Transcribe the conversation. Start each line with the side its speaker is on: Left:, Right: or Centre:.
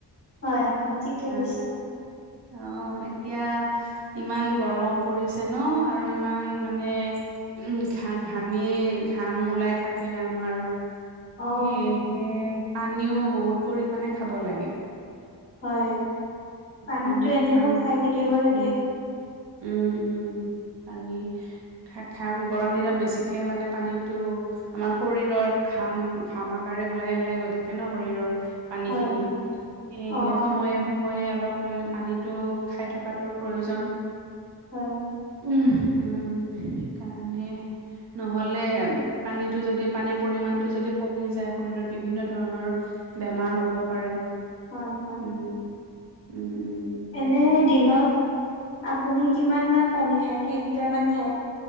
Left: হয়, হয়, ঠিকে
Right: অ
Left: কৈছে।
Right: অ', এতিয়া ইমান গৰম পৰিছে ন আৰু ইমান মানে উম, ঘা- ঘামি ঘাম ওলাই থাকে আমাৰ।
Left: অ
Right: সেয়েহে পানীও বহুত পৰিমাণে খাব‌ লাগে।
Left: হয়, পানীতো
Right: পানী
Left: এনেও
Right: পানী
Left: খাই থাকিব লাগে।
Right: উম উম, উম, পানী। খা- খাম, গৰম দিনত বেছিকে মানে পানীটো আমাৰ শৰীৰত ঘাম, ঘাম আকাৰে ওলাই ওলাই গৈ থাকে ন শৰীৰৰ। পানী
Left: হয়
Right: খিনি,
Left: হয়
Right: সেয়েহে
Left: অ
Right: সময়ত সময়ে অলপ মানে পানীটো খাই থকাটোৰ প্ৰয়োজন।
Left: হয়
Right: উম, উম, সেইকাৰণে নহ'লে পানীটো যদি, পানীৰ পৰিমণটো যদি কমি যায়, শৰীৰত বিভিন্ন ধৰণৰ বেমাৰ হ'ব পাৰে।
Left: হয় হয়
Right: উম, উম, উম।
Left: এনে
Right: তাকেতো
Left: দিনত আপুনি কিমান মান পানী খায় কেই লিটাৰ মান খায়?